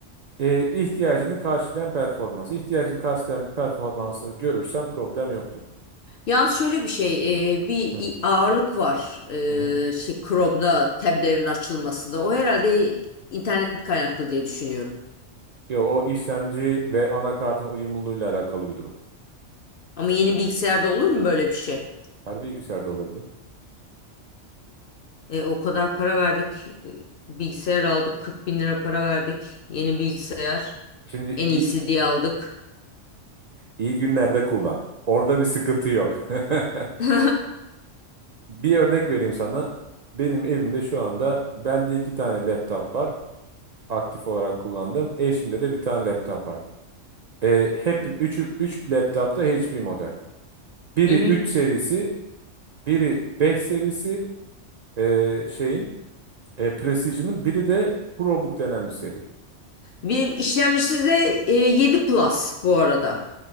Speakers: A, on the right; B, on the left.
A: E, ihtiyacını karşılayan performans. İhtiyacını karşılayan bir performansı görürsen problem yoktur.
B: Yalnız şöyle bir şey, e, bir
A: Hı
B: i- ağırlık var
A: hı. hı.
B: e, şey Chrome'da tablerin açılmasında. O herhalde internet kaynaklı diye düşünüyorum.
A: Yo, o işlemci ve anakartın uyumluluğuyla alakalı bir durum.
B: Ama yeni bilgisayarda olur mu böyle bir şey?
A: Her bilgisayarda olabilir.
B: E, o kadar para verdik, e, bilgisayar aldık, 40 bin lira para verdik, yeni bilgisayar,
A: Şimdi
B: en
A: iyi
B: iyisi diye aldık.
A: iyi günlerde kullan. Orada bir sıkıntı yok. <laughs>
B: <laughs> Hı
A: Bir örnek vereyim sana. Benim evimde şu anda bende iki tane laptop var. Aktif olarak kullandığım. Eşimde de bir tane laptop var. E, hep üçü, üç laptop da HP model. Biri
B: hı.
A: 3 serisi, biri 5 serisi e, şeyin e, Precision'ın biri de ProBook denen bir seri.
B: Bir işlemcisi de e, 7 Plus bu arada.